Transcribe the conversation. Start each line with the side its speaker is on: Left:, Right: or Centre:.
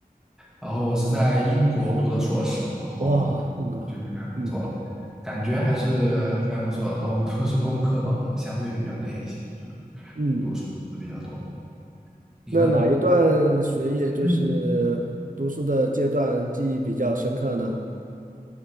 Centre: 然后我是在英国读的硕士，然后
Right: 哇，英国，
Centre: 就留下来工作了，
Right: 嗯
Centre: 感觉还是非常不错的然后我读的是工科嘛，然后相对比较累一些，就
Right: 嗯，
Centre: 读书读的比较多。你呢？
Right: 那哪一段学业就是读书的阶段记忆比较深刻呢？
Centre: 嗯，